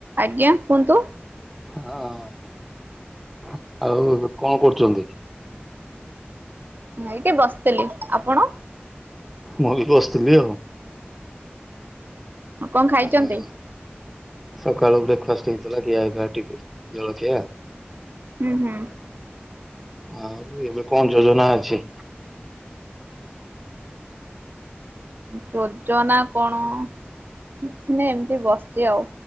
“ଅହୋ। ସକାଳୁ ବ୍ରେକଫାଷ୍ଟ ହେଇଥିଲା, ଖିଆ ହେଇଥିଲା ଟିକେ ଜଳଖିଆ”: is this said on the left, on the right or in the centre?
Centre